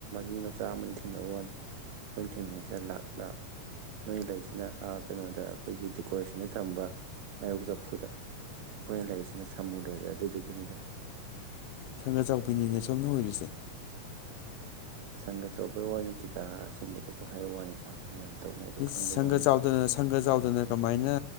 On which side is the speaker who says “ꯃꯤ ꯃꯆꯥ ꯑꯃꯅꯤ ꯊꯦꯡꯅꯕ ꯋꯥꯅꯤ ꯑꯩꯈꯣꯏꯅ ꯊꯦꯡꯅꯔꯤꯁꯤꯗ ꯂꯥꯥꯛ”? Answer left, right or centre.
Right